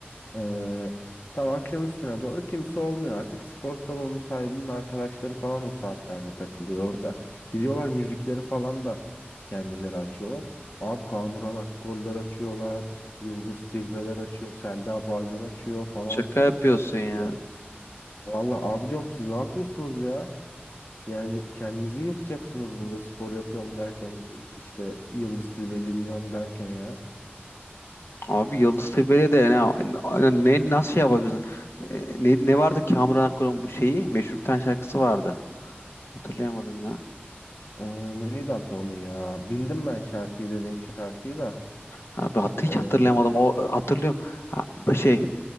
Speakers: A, on the left; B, on the left.
A: Ee, tam akşam üstüne doğru kimse olmuyor artık. Spor salonu sahibinin arkadaşları falan o saatlerde takılıyor orada. Gidiyorlar müzikleri falan da kendileri açıyorlar. Abi Kamuran Akgorlar açıyorlar. Yıldız Tilbeler açıyor. Selda Bağcan açıyor falan
B: Şaka
A: filan.
B: yapıyorsun ya.
A: Ya vallahi abi diyorum siz ne yapıyorsunuz ya? Yani kendinizi yırtacaksınız burada spor yapıyorum derken işte Yıldız Tilbe dinliyorum derken ya.
B: Abi Yıldız Tilbe'yle de ne, ne nasıl şey yapabilirsin? E, Ne, ne vardı Kamuran Akkor'un bu şeyi? Meşhur bir tane şarkısı vardı. Hatırlayamadım ya.
A: Ee, neydi adı onun ya? Bildim ben şarkıyı dediğin şarkıyı da.
B: Abi hat, hiç
A: Ee, Hı
B: hatırlayamadım. O hatırlıyorum. Ha, bu şey